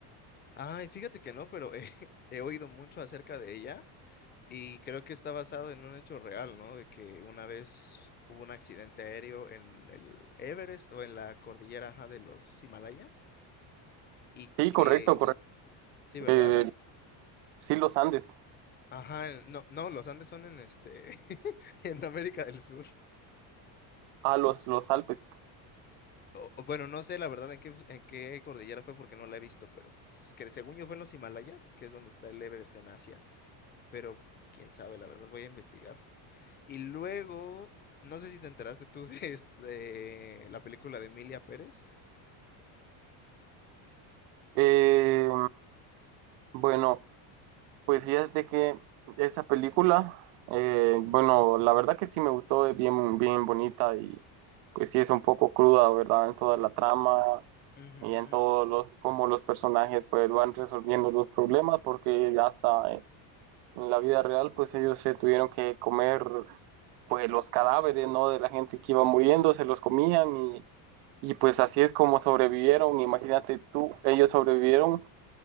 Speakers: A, on the left; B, on the right.
A: Ay, fíjate que no, pero he, <laughs> he oído mucho acerca de ella y creo que está basado en un hecho real, ¿no? De que una vez hubo un accidente aéreo en el Everest o en la cordillera, ajá, de los Himalayas y
B: Sí,
A: que,
B: correcto, correcto.
A: sí, ¿verdad?
B: Eh, sí, los Andes,
A: Ajá, en- no, no, los Andes son en este, <laughs> en América del Sur.
B: a los, los Alpes.
A: o- o bueno, no sé la verdad en qué, en qué cordillera fue porque no la he visto, pero pues, que según yo fue en los Himalayas, que es donde está el Everest en Asia, pero pues, quién sabe, la verdad, voy a investigar. Y luego, no sé si te enteraste tú de, es- de la película de Emilia Pérez.
B: Eh, bueno, pues fíjate que esa película, eh, bueno, la verdad que sí me gustó, es bien, bien bonita y pues sí es un poco cruda, ¿verdad? En toda la trama
A: Ujú,
B: y en todos los, cómo los personajes pues van resolviendo los problemas porque hasta en la vida real pues ellos se tuvieron que comer pues los cadáveres, ¿no? De la gente que iba muriendo, se los comían y, y pues así es como sobrevivieron, imagínate tú, ellos sobrevivieron